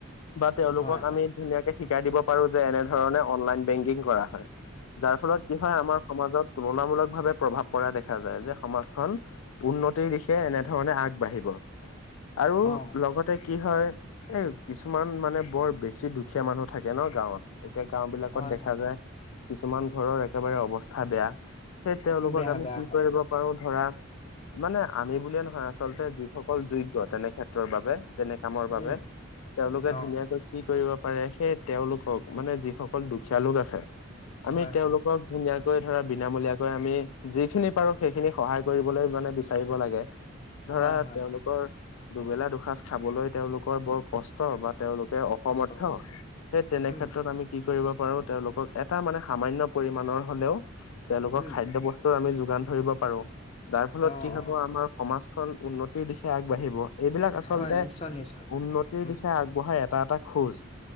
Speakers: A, on the left; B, on the left.
A: বা তেওঁলোকক
B: হয় হয়
A: আমি ধুনীয়াকে শিকাই দিব পাৰো যে এনেধৰণে অনলাইন বেংকিং কৰা হয়। যাৰ ফলত কি হয় আমাৰ সমাজত তুলনামূলক ভাৱে প্ৰভাৱ পৰা দেখা যায়। যে সমাজখন উন্নতিৰ দিশে এনে ধৰণে আগবাঢ়িব। আৰু
B: অ
A: লগতে কি হয় এই কিছুমান মানে বৰ বেছি দুখীয়া মানুহ থাকে ন গাঁৱত। এতিয়া গাওঁ বিলাকত
B: হয়
A: দেখা
B: হয়
A: যায় কিছুমান ঘৰৰ একেবাৰে অৱস্থা বেয়া। সে তেওঁলোকক
B: বেয়া
A: আমি
B: বেয়া
A: কি
B: হয়
A: কৰিব পাৰো ধৰা মানে আমি বুলিয়ে নহয় হয়ঁ আচলতে যিসকল যোগ্য। তেনে ক্ষেত্ৰৰ বাবে তেনে কামৰ বাবে
B: উম
A: তেওঁলোকে
B: অ
A: ধুনীয়াকৈ- কি কৰিব পাৰে সেই তেওঁলোকক, মানে যিসকল দুখীয়া লোক আছে। আমি
B: হয়
A: তেওঁলোকক
B: হয়
A: ধুনীয়াক কৈ ধৰা বিনামূলীয়াকৈ আমি যিখিনি পাৰো সেইখিনি সহায় কৰিবলৈ মানে বিচাৰিব লাগে। ধৰা
B: হয় হয়
A: তেওঁলোকৰ দুবেলা দুসাঁজ খাবলৈ তেওঁলোকৰ বৰ কষ্ট বা- তেওঁলোকে অসমৰ্থ।
B: কষ্ট কষ্ট
A: সেই তেনেক্ষ্ষেত্ৰত
B: উম
A: আমি কি কৰিব পাৰো তেওঁলোকক এটা মানে সামান্য পৰিমণৰ হলেওঁ তেওঁলোকৰ
B: উম
A: খাদ্য বস্তু টো আমি যোগান ধৰিব পাৰো, যাৰ ফলত
B: অ
A: কি হ'ব
B: অ
A: আমাৰ সমাজখন উন্নতিৰ দিশে আগবাঢ়িব। এইবিলাক আচলতে
B: হয় নিশ্চয় নিশ্চয়
A: উন্নতিৰ
B: উম
A: দিশে আগবঢ়াই- এটা এটা খোজ